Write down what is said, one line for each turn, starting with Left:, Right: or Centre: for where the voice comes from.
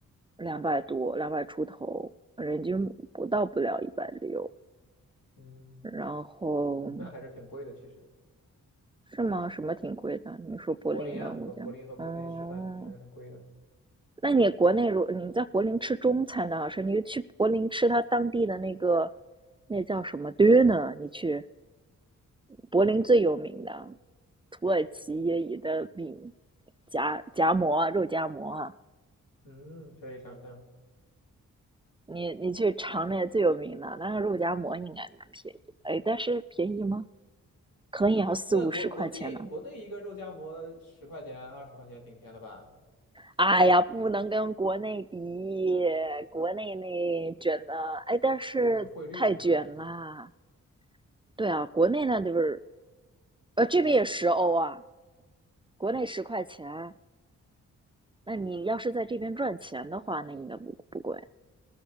Right: 两百多、两百出头，人均不到不了一百六。
Left: 嗯
Right: 然后
Left: 嗯，那还是挺贵的。其实
Right: 是吗？什么挺贵的？你说柏林的物价？
Left: 柏林啊，和柏林和国内吃饭比还是很贵的。
Right: 哦，那你国内如你在柏林吃中餐的好吃，你去柏林吃它当地的那个那叫什么 döner，你去。柏林最有名的土耳其也有的饼，夹夹馍啊肉夹馍啊，
Left: 嗯，可以尝尝。
Right: 你你去尝那最有名的，那个肉夹馍应该蛮便宜的，哎，但是便宜吗？可能也要四五十块钱呢。
Left: 那国国内国内一个肉夹馍十块钱二十块钱顶天了吧？
Right: 哎呀，不能跟国内比，国内那卷的，哎，但是太卷啦。
Left: 因为有汇率是吧？嗯
Right: 对啊，国内那就是，呃，这边也十欧啊，国内十块钱，那你要是在这边赚钱的话，那应该不不贵，